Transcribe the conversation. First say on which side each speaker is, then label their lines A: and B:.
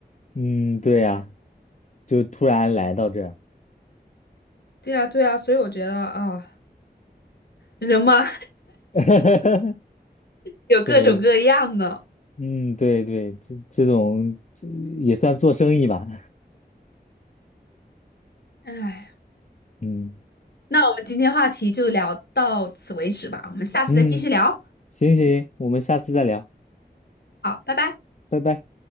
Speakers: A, on the left; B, on the left.
A: 嗯，对呀、就突然来到这儿。
B: 对啊对啊，所以我觉得啊人嘛
A: <laughs>
B: <laughs> 有各种各样的，
A: 对，嗯，对对，这这种这也算做生意吧。
B: 唉，
A: <laughs> 嗯
B: 那我们今天话题就聊到此为止吧，我们下次再继续聊，
A: 嗯，行行，我们下次再聊，
B: 好，拜拜。
A: 拜拜。